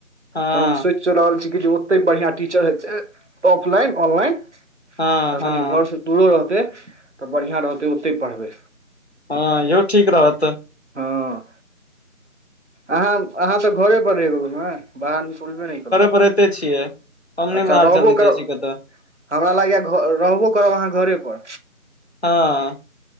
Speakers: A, on the left; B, on the right.
A: हँ
B: तऽ हम सोचि रहल छी कि जे ओते बढ़ियां टीचर हेतै ऑफलाइन ऑनलाइन
A: हँ
B: आ
A: हँ
B: कनि घरसँ दूरो रहतै तऽ बढ़ियां रहतै ओत्तै पढ़बै
A: हँ ईहो ठीक रहत
B: हँ अहाँ अहाँ तऽ घरे पर रहि रहु न बाहर निकलबे नहि करू
A: पढ़ैते छियै हम
B: अच्छा
A: नहि बाहर
B: रहबो
A: जल्दी
B: करब
A: जाइ छी कतऽ
B: हमरा लागैया घ रहबो करब अहाँ घरेपर
A: हँ